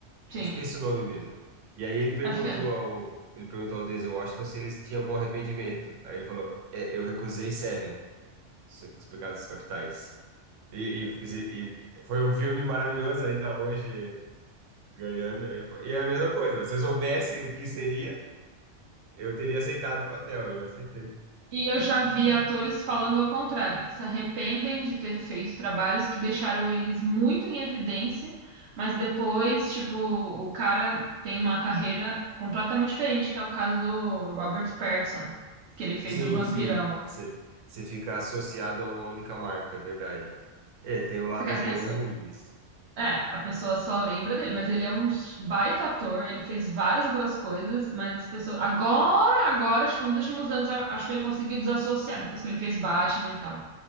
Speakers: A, on the right (about 65°); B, on the right (about 80°).
A: Sim,
B: Acho que é esse o nome mesmo. E aí ele perguntou
A: acho que é.
B: ao, ele perguntou ao Denzel Washington se eles tinham algum arrependimento. Aí ele falou, "É, eu recusei Seven, Os Pecados Capitais. E, e, e foi um filme maravilhoso, ainda hoje Ganhando. é- E é a mesma coisa. Se eu soubesse o que seria, eu teria aceitado o papel. Eu não aceitei.
A: E eu já vi atores falando ao contrário, que se arrependem de ter feito trabalhos que deixaram eles muito em evidência, mas depois, tipo, o cara tem uma carreira completamente diferente, que é o caso do Robert Pattinson, que ele fez
B: Sim,
A: o Vampirão.
B: sim. Você você fica associado a uma única marca, é verdade. É, tem o lado
A: Porque as pessoas,
B: bom e ruim disso.
A: é, a pessoa só lembra dele, mas ele é um baita ator, ele fez várias outras coisas, mas as pessoas agora, agora, tipo, nos últimos anos, a- acho que ele conseguiu desassociar depois que ele fez Batman e tal.